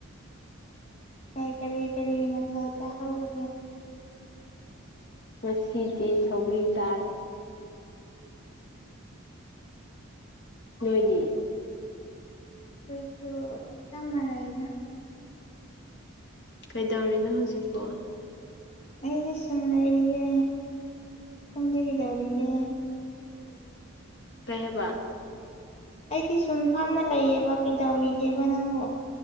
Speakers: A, on the left; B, on the left.
A: ꯑꯩ ꯀꯔꯤ ꯀꯔꯤ ꯃꯊꯥ ꯆꯥꯍꯧꯔꯒꯦ
B: ꯉꯁꯤꯗꯤ ꯁꯧꯒ꯭ꯔꯤ ꯆꯥꯔꯦ ꯅꯣꯏꯗꯤ
A: ꯑꯩꯈꯣꯏꯁꯨ ꯆꯞ ꯃꯥꯟꯅꯏꯗ
B: ꯀꯩꯗꯧꯔꯤꯅꯣ ꯍꯧꯖꯤꯛꯄꯣ
A: ꯑꯩꯗꯤ ꯁꯟ ꯂꯩꯔꯤꯌꯦ ꯁꯨꯝꯂꯤꯒꯤ ꯇꯧꯔꯤꯒ
B: ꯀꯩꯍꯕ
A: ꯑꯩꯗꯤ ꯁꯨꯝ ꯐꯝꯃ ꯂꯩꯌꯦꯕ ꯀꯩꯗꯧꯔꯤꯒꯦꯕ ꯅꯪꯕꯨ